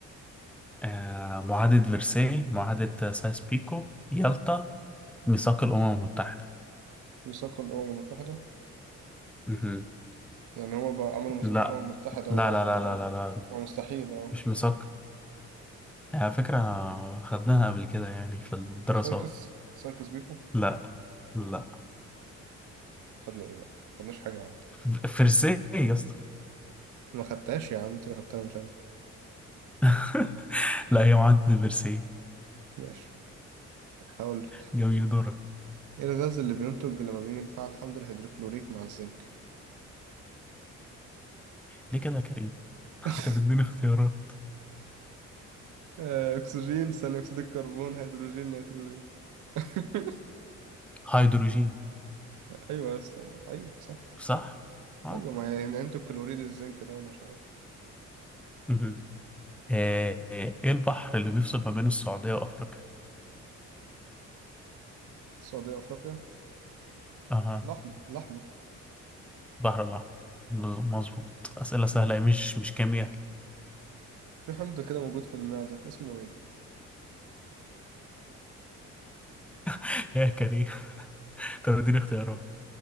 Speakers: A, in the centre; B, on the right.
A: آه، معاهدة فرساي معاهدة سايس بيكو يالطا ميثاق الأمم المتحدة
B: ميثاق الأمم المتحدة
A: مهم.
B: يعني هما بقى عملوا مساكن
A: لا
B: الأمم المتحدة
A: لا
B: وبعد
A: لا
B: كده
A: لا لا لا لا
B: ما مستحيل اه
A: مش ميثاق على فكرة خدناها قبل كده يعني في الدراسات
B: سايكس سايكس بيكو
A: لا لا
B: خدنا ايه بقى؟ خدناش حاجة يا عم
A: ف- فرساي يا اسطى
B: ما خدتهاش يا عم انت اللي خدتها مش انا
A: <laughs> لا هي معاهدة فرساي
B: ماشي هقول لك
A: جميل دورك
B: ايه الغاز اللي بينتج لما بنيجي نفعل الحمض الهيدروكلوريك مع الزنك
A: ليه كده يا كريم <laughs>
B: <laughs>
A: انت بتديني اختيارات
B: آه، اكسجين ثاني اكسيد الكربون هيدروجين نيتروجين <laughs>
A: هيدروجين
B: ايوه يا اسطى ما- ايوه صح
A: صح؟ اه
B: ايوه ما يعني انتوا الكلوريد الزنك ده ولا مش عارف
A: مهم. آه، آه، ايه البحر اللي بيفصل ما بين السعودية وأفريقيا؟
B: السعودية افريقيا
A: اها
B: الاحمر الاحمر
A: بحر الأحمر مظبوط أسئلة سهلة
B: ماشي
A: مش مش كيمياء
B: في حمض كده موجود في المعدة اسمه ايه
A: <laughs> يا كريم طب اديني اختيارات